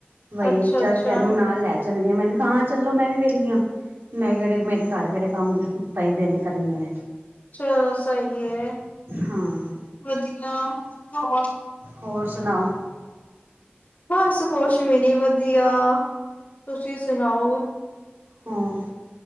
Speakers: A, on the right; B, on the left.
A: ਬਈ
B: ਅੱਛਾ
A: ਚੱਲ
B: ਅੱਛਾ
A: ਤੈਨੂੰ ਨਾਲ ਲੈ ਚੱਲਦੀ ਮੈਨੂੰ ਕਾਂ ਚੱਲੋ ਮੈਂ ਵੀ ਵਿਹਲ ਗ ਮੈਂ ਕਿਹੜੇ ਮੇਰੇ ਘਰ ਕਿਹੜੇ ਕੰਮ ਪੈਸਦੇ ਨੇ ਕਰਨ ਵਾਲੇ
B: ਚਲੋ ਸਹੀ ਹੈ,
A: ਹਾਂ।
B: ਵਧੀਆ ਹੋਰ
A: ਹੋਰ ਸੁਣਾਓ
B: ਬਸ ਕੁਛ ਵੀ ਨੀ ਵਧੀਆ, ਤੁਸੀਂ ਸੁਣਾਓ?
A: ਹਾਂ